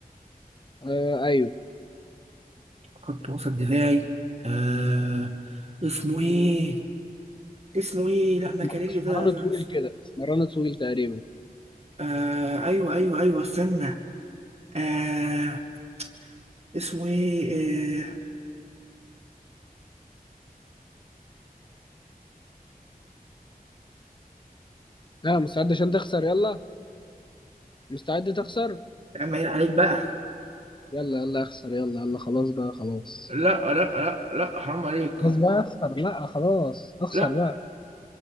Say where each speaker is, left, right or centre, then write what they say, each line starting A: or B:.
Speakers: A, on the left (about 30°); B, on the right (about 45°).
A: آه أيوه
B: خط وسط دفاعي آه... اسمه ايه اسمه ايه لا
A: اسمر-
B: ماكاريلي
A: اسمراني
B: ده فرنسا
A: طويل كده اسمراني طويل تقريبا
B: آه... ايوه ايوه ايوه استنى آه... اسمه ايه آه...
A: ها آه مستعد عشان تخسر يلا مستعد تخسر
B: يا عم عيب عليك بقى
A: يلا يلا اخسر يلا يلا خلاص بقى خلاص
B: لا لا لا لا حرام عليك
A: خلاص بقى اخسر لا خلاص اخسر
B: لا
A: بقى